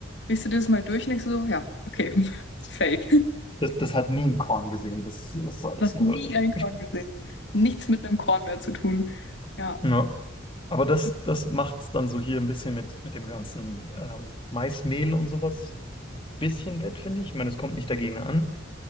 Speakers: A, on the left; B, on the left.
A: Riechst du dieses Mal durch und denkst so, ja, okay, <laughs> ist fake.
B: Das, das hat nie ein Korn gesehen. Das, das war das
A: Noch
B: nur.
A: nie
B: irgendwie.
A: ein Korn gesehen. Nichts mit einem Korn mehr zu tun. Ja,
B: Ja. Aber das,
A: auch richtig.
B: das macht es dann so hier ein bisschen mit, mit dem ganzen ähm, Maismehl und sowas bisschen wett, finde ich. Ich meine, es kommt nicht dagegen an.